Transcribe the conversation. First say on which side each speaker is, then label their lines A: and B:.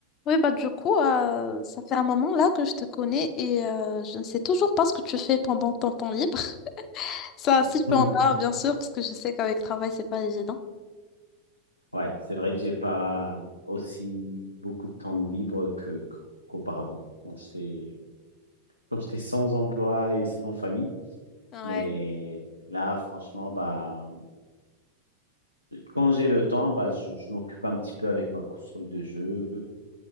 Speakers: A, on the left; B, on the left.
A: Oui, bah du coup, euh, ça fait un moment là que je te connais et euh, je ne sais toujours pas ce que tu fais pendant ton temps libre. <laughs> Ça,
B: Mhm.
A: si tu en as, bien sûr, parce que je sais qu'avec travail, c'est pas évident.
B: Ouais, c'est vrai que j'ai pas aussi beaucoup de temps de libre que qu'auparavant, quand j'étais quand j'étais sans emploi et sans famille.
A: Ouais.
B: Mais là, franchement, bah quand j'ai le temps, bah je, je m'occupe un petit peu avec ma console de jeu.